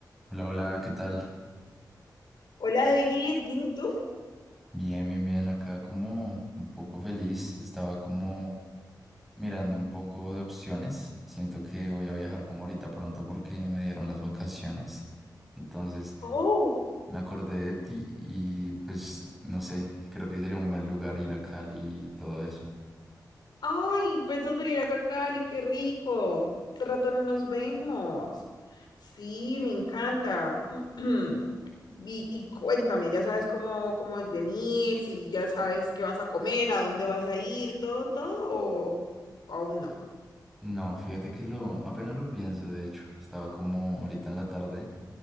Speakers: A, in the centre; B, on the left.
A: Hola, hola, ¿qué tal?
B: Hola David, ¿bien y tú?
A: Bien, bien, bien. Acá como un poco feliz. Estaba como mirando un poco de opciones. Siento que voy a viajar como ahorita pronto porque me dieron las vacaciones. Entonces
B: Oh,
A: me acordé de ti y pues no sé, creo que sería un buen lugar ir a Cali y todo eso.
B: ay, pensás venir acá a Cali, qué rico. Hace rato no nos vemos. Sí, me encanta. <clears throat> Y, y cuéntame, ya sabes cómo, cómo venir, si ya sabes qué vas a comer, a dónde vas a ir, todo, todo, o, o aún no.
A: No, fíjate que lo, apenas lo pienso, de hecho, estaba como ahorita en la tarde